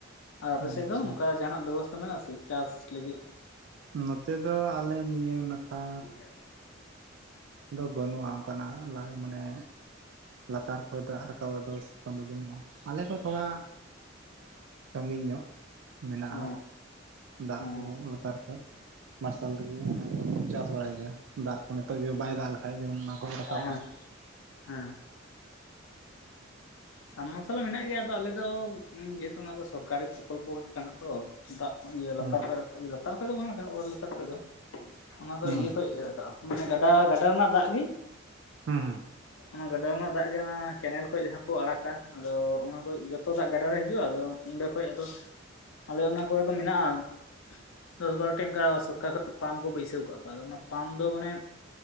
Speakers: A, on the left (about 80°); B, on the right (about 70°).
A: ᱟᱨ ᱟᱯᱮ
B: ᱦᱩᱸ
A: ᱥᱮᱫ
B: ᱟᱪᱪᱷᱟ
A: ᱫᱚ ᱱᱚᱝᱠᱟ ᱡᱟᱦᱟᱸᱱᱟᱜ ᱵᱮᱵᱚᱥᱛᱟ ᱢᱮᱱᱟᱜᱼᱟ ᱥᱮ ᱪᱟᱥ ᱞᱟᱹᱜᱤᱫ?
B: ᱱᱚᱛᱮ ᱫᱚ ᱟᱞᱮ ᱱᱤᱭᱟᱹ ᱱᱟᱠᱷᱟ
A: <unintelligible>
B: ᱫᱚ ᱵᱟᱹᱱᱩᱜᱼᱟ ᱚᱱᱠᱟᱱᱟᱜ ᱞᱟᱹᱭ ᱢᱟᱱᱮ ᱞᱟᱛᱟᱨ ᱠᱷᱚᱡ ᱫᱟᱜ ᱨᱟᱠᱟᱵᱟᱜ ᱫᱚ ᱥᱮᱨᱚᱠᱚᱢ ᱫᱚ ᱵᱟᱹᱱᱩᱜᱼᱟ, ᱟᱞᱮ ᱠᱷᱚᱡ ᱛᱷᱚᱲᱟ ᱥᱟᱹᱜᱤᱧ ᱧᱚᱜ ᱢᱮᱱᱟᱜᱼᱟ᱾
A: ᱚ
B: ᱫᱟᱜ
A: ᱦᱮᱸ
B: ᱠᱚ ᱞᱟᱛᱟᱨ ᱠᱷᱚᱡ ᱢᱟᱨᱥᱟᱞ ᱛᱮᱠᱚ ᱚᱱᱟᱠᱚ ᱪᱟᱥ ᱵᱟᱲᱟᱭ ᱜᱮᱭᱟ ᱫᱟᱜ ᱠᱚ ᱱᱤᱛᱚᱜ ᱡᱩᱫᱤ ᱵᱟᱭ ᱫᱟᱜ ᱞᱮᱠᱷᱟᱡ ᱡᱮᱢᱚᱱ ᱚᱱᱟ ᱠᱚ ᱨᱟᱠᱟᱵᱟ᱾
A: ᱦᱮᱸ ᱦᱮᱸ ᱦᱮᱸ᱾ ᱥᱟᱵᱽᱢᱟᱨᱥᱟᱞ ᱦᱚᱸ ᱢᱮᱱᱟᱜ ᱜᱮᱭᱟ, ᱟᱫᱚ ᱟᱞᱮ ᱫᱚ ᱡᱮᱦᱮᱛᱩ ᱚᱱᱟ ᱫᱚ ᱥᱚᱨᱠᱟᱨᱤ ᱯᱨᱚᱠᱚᱞᱯᱚ ᱜᱮ ᱠᱟᱱᱟ ᱛᱚ ᱫᱟᱜ ᱤᱭᱟᱹ ᱞᱟᱛᱟᱨ
B: ᱦᱩᱸ
A: ᱠᱷᱚᱡ ᱞᱟᱛᱟᱨ ᱠᱷᱚᱡ ᱫᱚ ᱵᱟᱝᱼᱟ ᱚᱛ ᱞᱟᱛᱟᱨ ᱠᱷᱚᱡ ᱫᱚ ᱚᱱᱟ ᱫᱚ
B: ᱦᱩᱸ
A: ᱤᱭᱟᱹ ᱠᱷᱚᱡ ᱤᱭᱟᱹ ᱨᱟᱠᱟᱜᱼᱟ ᱢᱟᱱᱮ ᱜᱟᱰᱟ ᱜᱟᱰᱟ ᱨᱮᱱᱟᱜ ᱫᱟᱜ ᱜᱤ
B: ᱦᱩᱸ
A: ᱚᱱᱟ ᱜᱟᱰᱟ ᱨᱮᱱᱟᱜ ᱫᱟᱜ ᱜᱮ ᱚᱱᱟ ᱠᱮᱱᱮᱞ ᱠᱷᱚᱱ ᱡᱟᱦᱟᱸ ᱠᱚ ᱟᱲᱟᱜᱟ ᱟᱫᱚ ᱚᱱᱟ ᱠᱚ ᱡᱚᱛᱚ ᱫᱟᱜ ᱜᱟᱰᱟ ᱨᱮ ᱦᱤᱡᱩᱜᱼᱟ, ᱟᱫᱚ ᱚᱸᱰᱮ ᱠᱷᱚᱡ ᱟᱫᱚ ᱟᱞᱮ ᱚᱱᱟ ᱠᱚᱨᱮ ᱫᱚ ᱢᱮᱱᱟᱜᱼᱟ ᱫᱚᱥ ᱵᱟᱨᱚᱴᱤ ᱚᱱᱠᱟ ᱥᱚᱨᱠᱟᱨ ᱠᱷᱚᱡ ᱯᱟᱢᱯ ᱠᱚ ᱵᱟᱹᱭᱥᱟᱹᱣ ᱠᱟᱸᱜ ᱠᱚᱣᱟ, ᱟᱫᱚ ᱚᱱᱟ ᱯᱟᱢᱯ ᱫᱚ ᱢᱟᱱᱮ